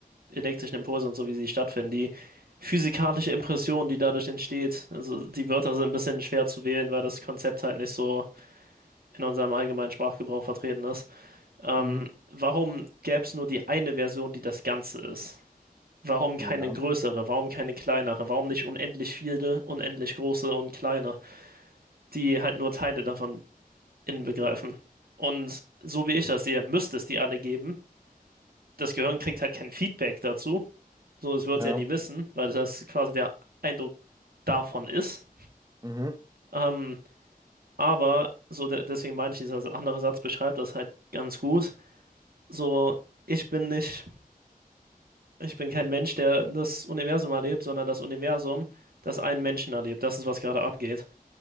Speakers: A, on the right; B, on the right.
A: elektrischen Impulse und so, wie sie stattfinden, die physikalische Impression, die dadurch entsteht, also die Wörter sind ein bisschen schwer zu wählen, weil das Konzept halt nicht so in unserem allgemeinen Sprachgebrauch vertreten ist. Ähm,
B: Mhm.
A: warum gäbe es nur die eine Version, die das Ganze ist? Warum
B: Ja.
A: keine größere? Warum keine kleinere? Warum nicht unendlich viele, unendlich große und kleine, die halt nur Teile davon inbegreifen? Und so wie ich das sehe, müsste es die alle geben. Das Gehirn kriegt halt kein Feedback dazu. So, es wird
B: Ja.
A: es ja nie wissen, weil das quasi der Eindruck davon ist.
B: Mhm.
A: Ähm, aber so, de deswegen meine ich, dieser andere Satz beschreibt das halt ganz gut. So, ich bin nicht, ich bin kein Mensch, der das Universum erlebt, sondern das Universum, das einen Menschen erlebt. Das ist, was gerade abgeht.